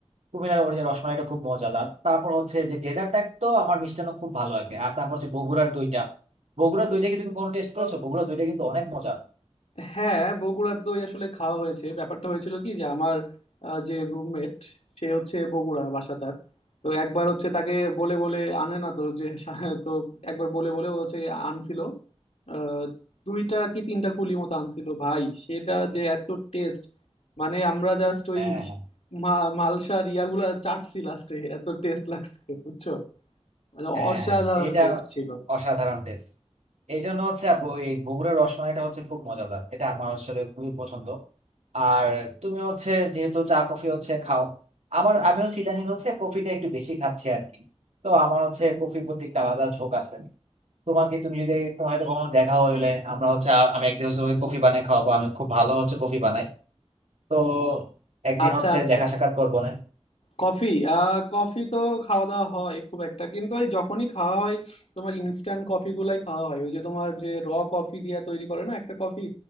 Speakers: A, on the right (about 85°); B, on the left (about 75°).
A: কুমিল্লার অরিজিনাল রসমালাইটা খুব মজাদার তারপর হচ্ছে যে ডেজার্ট টাইপ তো আমার মিষ্টান্ন খুব ভালো লাগে আর তারপর হচ্ছে বগুড়ার দইটা বগুড়ার দইটা কি তুমি কোনো টেস্ট করেছো বগুড়ার দইটা কিন্তু অনেক মজা
B: হ্যাঁ বগুড়ার দই আসলে খাওয়া হয়েছে ব্যাপারটা হয়েছিল কি যে আমার আহ, যে রুমমেট সে হচ্ছে বগুড়া বাসা তার তো একবার হচ্ছে তাকে বলে বলে আনে না তো যে সা- তো একবার বলে বলে ও হচ্ছে আনছিল আহ, দুইটা কি তিনটা কুলি মতো আনছিল ভাই সেটা যে এত টেস্ট মানে আমরা জাস্ট ওই
A: হ্যাঁ
B: মা- মালসার ইয়াগুলা চাটছি লাস্টে এত টেস্ট লাগছে বুঝছো মানে
A: হ্যাঁ
B: অসাধারণ
A: হ্যাঁ এটা
B: টেস্ট ছিল
A: অসাধারণ টেস্ট এই জন্য হচ্ছে আপ- এই বগুড়ার রসমালাইটা হচ্ছে খুব মজাদার এটা আমার আসলে খুবই পছন্দ আর তুমি হচ্ছে যেহেতু চা কফি হচ্ছে খাও আমার আমি হচ্ছে ইদানিং হচ্ছে কফিটা একটু বেশি খাচ্ছি আর কি তো আমার হচ্ছে কফির প্রতি একটা আলাদা ঝোঁক আছে তোমাকে তুমি যদি তোমার হয়তো কখনো দেখা হলে আমরা হচ্ছে আ- আমি একদিন হচ্ছে তোমাকে কফি বানাই খাওয়াবো আমি খুব ভালো হচ্ছে কফি বানাই তো একদিন
B: আচ্ছা
A: হচ্ছে
B: আচ্ছা
A: দেখা সাক্ষাৎ করবো না
B: কফি আহ কফি তো খাওয়া দাওয়া হয় খুব একটা কিন্তু ওই যখনই খাওয়া হয় তোমার ইনস্ট্যান্ট কফি গুলাই খাওয়া হয় ওই যে তোমার যে র কফি দিয়ে তৈরি করে না একটা কফি